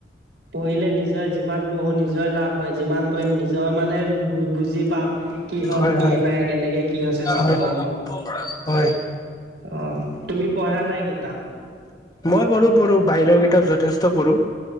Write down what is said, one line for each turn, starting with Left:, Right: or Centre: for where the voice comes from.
Right: পঢ়িলে নিজে যিমান পঢ়ো নিজই লাভ হয়, যিমান কৰিম নিজৰ মানে বুজি পাম কি হ'ল
Left: হয়
Right: কি
Left: হয়
Right: নাই কেনেকে কি হৈছে চ'ব
Left: হয়
Right: গ'ম পাম।
Left: হয়।
Right: অ' তুমি পঢ়া নাই কিতাপ?
Left: মই পঢ়ো, পঢ়ো, বাহিৰৰ কিতাপ যথেষ্ট পঢ়ো,